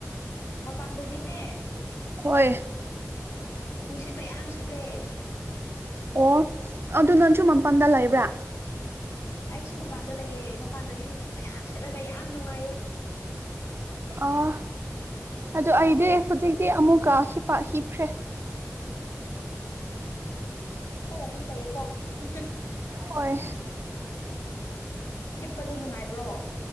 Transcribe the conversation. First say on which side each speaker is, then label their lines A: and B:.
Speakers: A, on the left; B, on the right.
A: ꯃꯄꯥꯟꯗꯗꯤꯅꯦ
B: ꯍꯣꯏ
A: ꯅꯨꯡꯁꯤꯠ ꯃꯌꯥꯝ ꯁꯤꯠꯂꯦ
B: ꯑꯣ ꯑꯗꯨ ꯅꯪꯁꯨ ꯃꯄꯥꯟꯗ ꯂꯩꯕ꯭ꯔꯥ
A: ꯑꯩꯁꯨ ꯃꯄꯥꯟꯗ ꯂꯩꯌꯦ ꯃꯄꯥꯟꯗꯗꯤ ꯅꯨꯡꯁꯤꯠ ꯃꯌꯥꯝ ꯁꯤꯠꯂꯒ ꯌꯥꯝ ꯅꯨꯡꯉꯥꯏꯌꯦ
B: ꯑꯣ ꯑꯗꯨ ꯑꯩꯗꯤ ꯍꯧꯖꯤꯛꯇꯤ ꯑꯃꯨꯛꯀ ꯍꯤꯞꯄ ꯍꯤꯞꯈ꯭ꯔꯦ
A: ꯅꯪꯗꯤ ꯍꯤꯞꯄꯒ ꯑꯗꯨꯝ ꯂꯩꯌꯦꯀꯣ <unintelligible>
B: ꯍꯣꯏ
A: ꯍꯤꯞꯄꯗꯣ ꯅꯨꯡꯉꯥꯏꯕ꯭ꯔꯣ